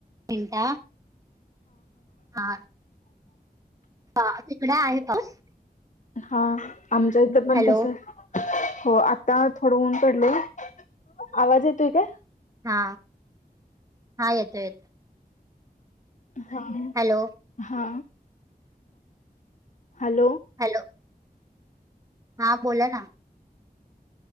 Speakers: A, on the right; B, on the left.
A: मिनटा हा हा तिकडे आहे पाऊस
B: हा आमच्या इथ पण
A: हॅलो
B: तस हो आता थोडं ऊन पडलंय आवाज येतोय काय
A: हा हा येतो, येतो
B: ह,
A: हॅलो
B: हा हॅलो
A: हॅलो हा बोला ना